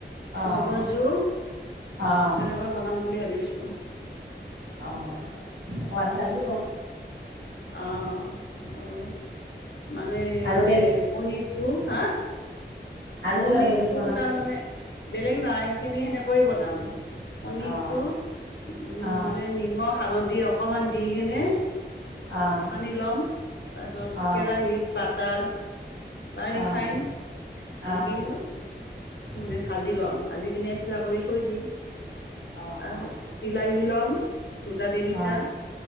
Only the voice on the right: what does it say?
অ',
অ',
অ' সোৱাদ লাগিব।
আৰু
বেলেগ
আৰু
কিবা বেলেগ বনাবা
নেকি?
অ',
অ',
অ',
অ', অ',
অ', অ',
অ',
অ',
অ',